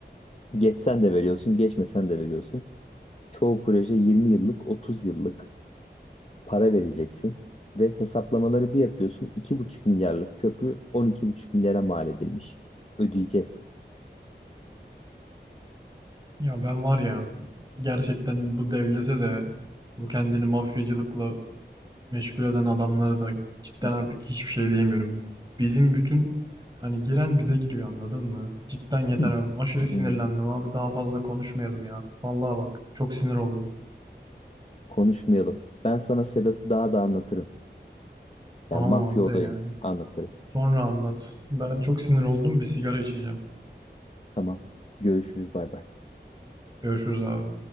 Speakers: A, on the left; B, on the right.
A: Geçsen de veriyorsun, geçmesen de veriyorsun. Çoğu proje 20 yıllık, 30 yıllık para vereceksin. Ve hesaplamaları bir yapıyorsun. iki buçuk milyarlık köprü on iki buçuk milyara mal edilmiş. Ödeyeceğiz.
B: Ya ben var ya gerçekten bu devlete de bu kendini mafyacılıkla meşgul eden adamlara da cidden
A: Hı.
B: artık hiçbir şey diyemiyorum. Bizim bütün hani giren bize giriyor anladın mı? Cidden
A: <laughs>
B: yeter abi. Aşırı sinirlendim
A: Hmm,
B: abi. Daha fazla konuşmayalım ya. Vallahi bak çok sinir oldum.
A: konuşmayalım. Ben sana Sedat'ı daha da anlatırım. Yani
B: Tamam
A: mafya
B: abi
A: olayını
B: de yani.
A: anlatırım.
B: Sonra anlat. Ben çok sinir oldum. Bir sigara içeceğim.
A: Tamam. Görüşürüz. Bay bay.
B: Görüşürüz abi.